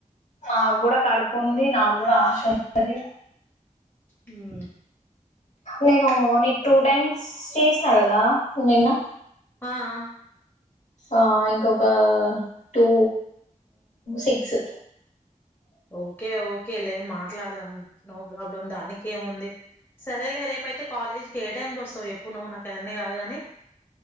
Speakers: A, on the left; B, on the left.
A: ఆ నాకు కూడా కడుపు ఉంది, నాకు కూడా ఆశ ఉన్నది.
B: హు
A: నేను నీకు టూ టైమ్స్ చేసినా కదా నిన్నా.
B: ఆ ఆ
A: ఆ ఇంకొక టూ సిక్స్.
B: ఓకే ఓకే లే మాట్లాడదాం నో ప్రాబ్లం దానికి ఏముంది. సరేలే రేపయితే కాలేజ్కి ఏ టైం కి వస్తావు చెప్పు నువ్వు నాకు అవన్నీ కాదు కాని.